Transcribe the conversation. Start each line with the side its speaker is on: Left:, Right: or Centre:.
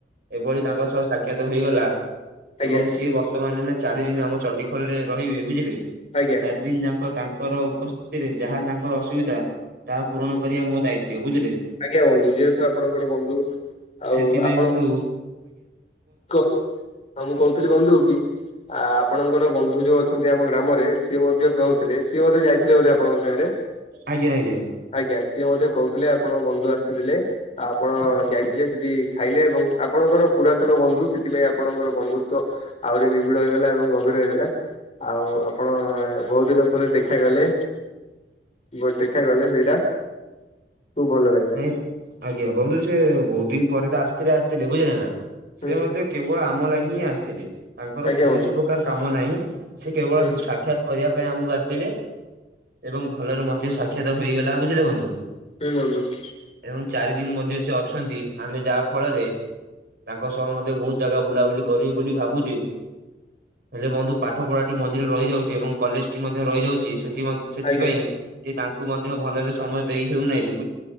Right: ଏଭଳି ତାଙ୍କ ସହ ସାକ୍ଷାତ ହେଇଗଲା
Left: ଆଜ୍ଞା ଆଜ୍ଞା
Right: ଏବଂ ସିଏ ବର୍ ବର୍ତ୍ତ ମ ନା ଚାରି ଦିନ ଆମ ଚଡିଖୋଲରେ ରହିବେ ବୁଝିଲେ
Left: ଆଜ୍ଞା
Right: ତ ଚାରି ଦିନ ଯାକ ତାଙ୍କର ସ୍ଥିତିରେ ଯାହା ତାଙ୍କର ଅସୁବିଧା ତାହା ପୂରଣ କରିବା ମୋ ଦାୟିତଵ ବୁଝିଲେ
Left: ଆଜ୍ଞା ବନ୍ଧୁ ଯେହେତୁ ଆପଣଙ୍କର ବନ୍ଧୁ ଆଉ
Right: ସେଥିପାଇଁ
Left: ଆପଣ
Right: ବନ୍ଧୁ
Left: କୁହନ୍ତୁ ହଁ ମୁଁ କହୁଥିଲି ବନ୍ଧୁ କି ଆ ଆପଣଙ୍କର ବନ୍ଧୁ ଯୋଉ ଅଛନ୍ତି ଆମ ଗ୍ରାମରେ ସିଏ ମଧ୍ୟ କହୁଥିଲେ ସିଏ ବୋଧେ ଯାଇଥିଲେ ବୋଧେ ଆପଣଙ୍କ ସାଙ୍ଗରେ
Right: ଆଜ୍ଞା ଆଜ୍ଞା।
Left: ଆଜ୍ଞା ସିଏ ମଧ୍ୟ କହୁଥିଲେ ଆପଣଙ୍କ ବନ୍ଧୁ ଆସିଥିଲେ ଆପଣ ଯାଇଥିଲେ ସେଠି ଖାଇଲେ ଏବଂ ଆପଣଙ୍କର ପୁରାତନ ବନ୍ଧୁ ସେଥିପାଇଁ ଆପଣଙ୍କର ବନ୍ଧୁତଵ ଆହୁରି ନିବିଡ ହେଇଗଲା ଏବଂ ଗଭୀର ହେଇଗଲେ ଆଉ ଆପଣ ବହୁତ ଦିନ ପରେ ଦେଖାଗଲେ ବହୁତ ଦେଖା ଗଲେ ସେଇଟା ଖୁବ୍ ଭଲ ଲାଗିଲା।
Right: ନାଇ <inaudible> ଆଜ୍ଞା ବନ୍ଧୁ ସେ ବହୁତ ଦିନ ପରେ ତ ଆସିଥିଲେ ଆସିଥିଲେ ବୁଝିଲେ ନା
Left: ହୁଁ
Right: ସେ ମଧ୍ୟ କେବଳ ଆମ ଲାଗି ହିଁ ଆସିଥିଲେ ତାଙ୍କର
Left: ଆଜ୍ଞା
Right: କୌଣସି
Left: ବନ୍ଧୁ
Right: ପ୍ରକାର କାମ ନାହିଁ ସେ କେବଳ
Left: ହୁଁ
Right: ସାକ୍ଷାତ କରିବା ପାଇଁ ଆମକୁ ଆସିଥିଲେ ଏବଂ ଭଲରେ ମଧ୍ୟ ସାକ୍ଷାତ ହୋଇଗଲା ବୁଝିଲେ ବନ୍ଧୁ
Left: ହୁଁ ବୁ <inaudible>
Right: ଏବଂ ଚାରି ଦିନ ମଧ୍ୟ ସେ ଅଛନ୍ତି ଆମେ ଯାହା ଫଳରେ ତାଙ୍କ ସହ ମଧ୍ୟ ବହୁତ ଜାଗା ବୁଲାବୁଲି କରିବି ବୋଲି ଭାବୁଛି ହେଲେ କୁହନ୍ତୁ ପାଠ ପଢା ଟି ମଝିରେ ରହିଯାଉଛି ଏବଂ କଲେଜ ଟି ମଧ୍ୟ ରହିଯାଉଛି ସେଠ ସେଥିପାଇଁ
Left: ଆଜ୍ଞା
Right: ଯେ ତାଙ୍କୁ ମଧ୍ୟ ଭଲରେ ସମୟ ଦେଇ ହେଉନାହିଁ